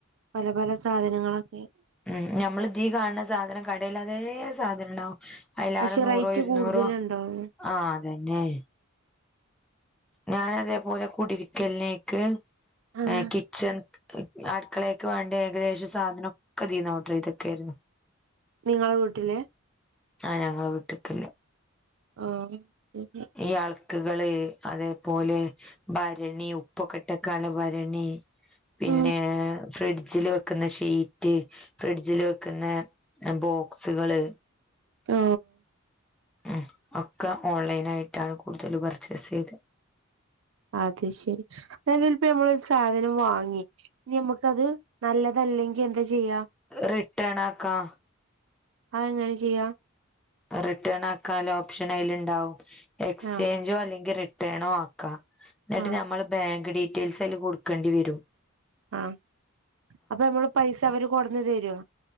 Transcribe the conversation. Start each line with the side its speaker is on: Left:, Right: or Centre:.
Right: പല പല സാധനങ്ങളൊക്കെ
Centre: ഉം ഞമ്മള് ദീ കാൺണ സാധനം കടെല് അതേ സാധനം ഇണ്ടാവും അയിലാറേ
Right: പക്ഷെ
Centre: നൂറോ
Right: റേറ്റ്
Centre: ഇരുന്നൂറോ
Right: കൂടുതലുണ്ടാവും
Centre: ആ അതന്നെ ഞാന അതേപോലെ കുടിര്ക്കൽനേക്ക്
Right: ആഹ്
Centre: ഏ കിച്ചൺ അട്ക്കളേക്ക് വാണ്ടി ഏകദേശ സാധന ഒക്ക തീന്ന ഓഡറേയ്തെക്കായിരുന്നു
Right: നിങ്ങള വീട്ടിലെ
Centre: ആ ഞങ്ങള വീട്ട്ക്കില്ലേ
Right: <unintelligible>
Centre: ഈ അൾക്ക്കള് അതേപോലെ ഭരണി ഉപ്പ് ഒക്കട്ടക്കാല്ല ഭരണി പിന്നെ
Right: ആഹ്
Centre: ഫ്രിഡ്ജില് വെക്കുന്ന ഷീറ്റ് ഫ്രിഡ്ജില് വെക്കുന്ന ബോക്സുകള്
Right: ഓ
Centre: ഉം ഒക്ക ഓൺലൈൻ ആയിട്ടാണ് കൂടുതല് പർച്ചേസ് ചെയ്തെ
Right: അത് ശരി അതിലപ്പ നമ്മളോരു സാധനം വാങ്ങി ഇനി നമ്മക്കത് നല്ലതല്ലെങ്കി എന്താ ചെയ്യാ
Centre: റിട്ടേണാക്കാ
Right: അത് എങ്ങനെ ചെയ്യാ
Centre: റിട്ടേൺ ആക്കാല്ല ഓപ്ഷൻ അയ്ല് ഇണ്ടാവും എക്സ്ചേഞ്ചോ
Right: ആഹ്
Centre: അല്ലെങ്കി റിട്ടേണോ ആക്കാ ന്നട്ട്
Right: ആഹ്
Centre: നമ്മള് ബാങ്ക് ഡീറ്റെയിൽസ് അയ്ല് കൊട്ക്കെണ്ടി വെരും
Right: ആ അപ്പ നമ്മള പൈസ അവര് കൊട്ന്ന് തരോ